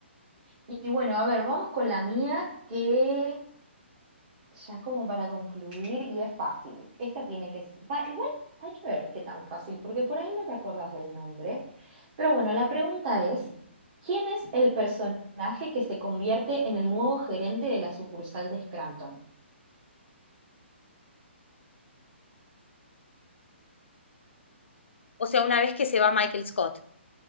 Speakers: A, on the right; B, on the left.
A: Y bueno, a ver, vamos con la mía, que Ya como para concluir, y es fácil. Esta tiene que... va, igual hay que ver qué tan fácil, porque por ahí no te acordás del nombre. Pero bueno, la pregunta es, ¿quién es el personaje que se convierte en el nuevo gerente de la sucursal de Scranton?
B: O sea, una vez que se va Michael Scott.